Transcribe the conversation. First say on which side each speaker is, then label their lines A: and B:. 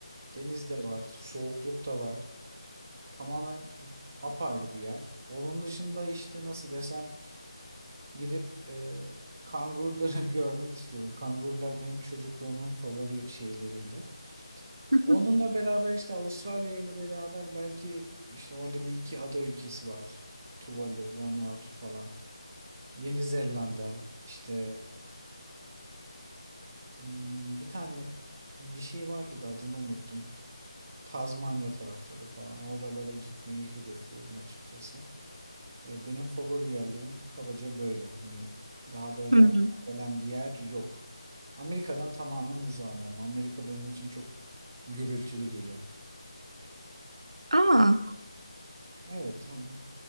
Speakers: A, on the right; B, on the right.
A: deniz de var, soğukluk da var. Tamamen apayrı bir yer. Onun dışında işte nasıl desem gidip e, kanguruları <laughs> görmek istiyorum. Kangurular benim çocukluğumun favori şeyleriydi.
B: <laughs> Hı
A: Onunla beraber işte Avustralya ile beraber belki işte orada bir iki ada ülkesi var. Tuvalu, Vanuatu falan. Yeni Zelanda işte hmm, bir tane bir şey vardı da adını unuttum. Tazmanya tarafları falan oralara gitmeyi hedefliyorum açıkçası. E, Benim favori yerlerim kabaca böyle. Hani daha böyle
B: hı.
A: aklıma gelen bir yer yok. Amerika'dan tamamen uzağım ama Amerika benim için çok gürültülü geliyor.
B: Aa.
A: Evet, hani-